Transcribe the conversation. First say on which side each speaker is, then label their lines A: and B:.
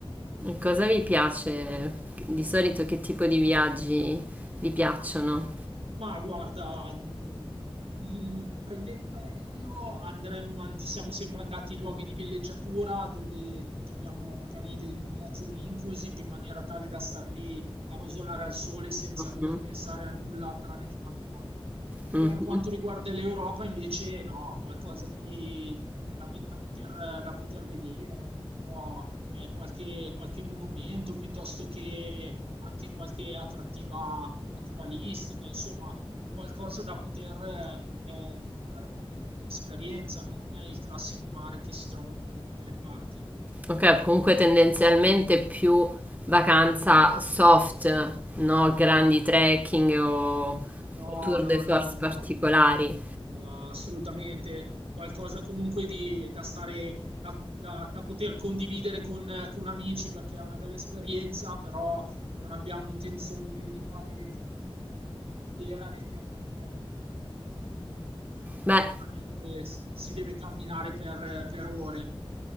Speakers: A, on the right; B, on the right.
A: Cosa vi piace? Di solito che tipo di viaggi vi piacciono?
B: Ma guarda, mh, mh, prendendo l'aereo andremmo, an- siamo sempre andati in luoghi di villeggiatura dove troviamo magari dei villaggi all inclusive in maniera tale da star lì a rosolare al sole senza
A: Mhm,
B: dover pensare a nulla tranne che mangiare.
A: mhm.
B: Per quanto riguarda l'Europa, invece, no, qualcosa di, da, da poter, da poter vedere, non lo so, eh, qualche, qualche monumento piuttosto che anche qualche attrattiva naturalistica, insomma, un qualcosa da poter eh, eh, portare come, come esperienza, non il classico mare che si trova un po' da tutte le parti.
A: Ok, comunque tendenzialmente più vacanza soft, no? Grandi trekking o
B: No,
A: o tour
B: no,
A: de force
B: no, no,
A: particolari.
B: no. No, assolutamente, qualcosa comunque di, da stare, da, da- da poter condividere con, con amici perché è una bella esperienza, però non abbiamo intenzione di fare il cammino di Compostela né di andare a fare qualche escursione in alta
A: Beh,
B: montagna dove s- si deve camminare per, per ore.